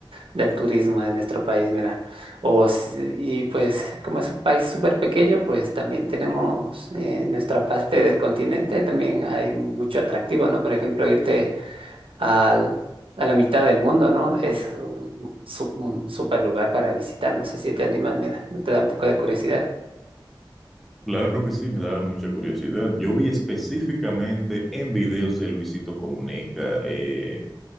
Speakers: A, on the right (about 80°); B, in the centre.
A: del turismo de nuestro país, mira. O, si- y pues como es un país súper pequeño, pues también tenemos eh, nuestra parte del continente, también hay mu- mucho atractivo, ¿no? Por ejemplo, irte al- a la mitad del mundo, ¿no? Es un, su- un super lugar para visitar. No sé si te animas, mira, te da un poco de curiosidad.
B: Claro que sí, me daba mucha curiosidad. Yo vi específicamente en videos de Luisito Comunica, eh,